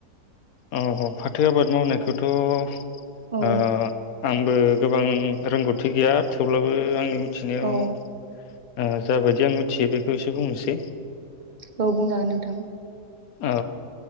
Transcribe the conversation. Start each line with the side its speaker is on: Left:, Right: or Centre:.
Left: अ ह फाथो आबाद मावनायखौथ' <unintelligible>
Right: औ
Left: आंबो गोबां रोंगौथि गैया थेवब्लाबो आंनि मि थिनायाव
Right: औ
Left: आङो जाबायदि आं मिथियो बेखौ एसे बुंनोसै
Right: औ बुंजागोन नोंथां ।
Left: औ